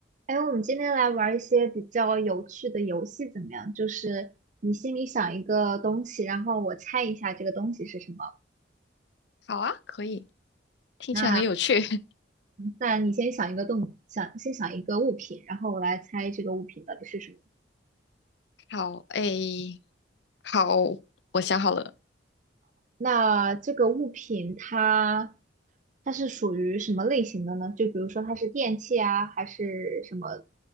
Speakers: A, on the right (about 40°); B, on the left (about 65°).
A: 哎，我们今天来玩一些比较有趣的游戏，怎么样？就是你心里想一个东西，然后我猜一下这个东西是什么。
B: 好啊，可以，听起来很有趣。
A: 那
B: <laughs>
A: 那你先想一个动，想先想一个物品，然后我来猜这个物品到底是什么。
B: 好，诶，好，我想好了，
A: 那这个物品它它是属于什么类型的呢？就比如说它是电器啊，还是什么